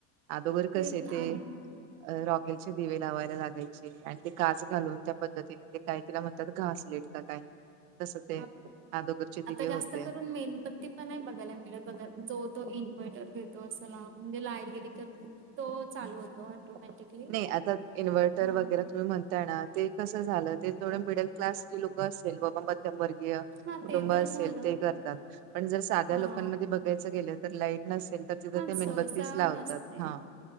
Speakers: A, on the right; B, on the right.
A: अदोघर
B: तेच
A: कस आहे
B: आणि
A: ते.. रॉकेलचे दिवे लावायला लागायचे आणि ते काच घालून त्या पद्धतीने ते काही तिला म्हणतात घासले... काय तस ते...
B: हा
A: अदोगरचे
B: आता
A: दिवे
B: जास्त
A: होते.
B: करून मेनबत्ती... नाही बघायला मिळत बघ जो तो इन्व्हर्टर घेतो असला म्हणजे लाईट गेली तर.... तो चालू होतो..... ऑटोमॅटिकली
A: नाही आता इन्व्हर्टर
B: हा
A: वगैरे... तुम्ही म्हणताय ना ते कस झालं ते थोड मिडल क्लास लोक असेल... मध्यमवर्गीय
B: हा
A: कुटुंब
B: ते तर
A: असेल
B: झालंच
A: ते करतात पण जर साध्या
B: हा
A: लोकांमध्ये बघायचं गेलं तर लाईट नल तर तिथं
B: हा
A: ते
B: सहसा
A: मेणबत्तीच लावतात
B: नसते
A: हा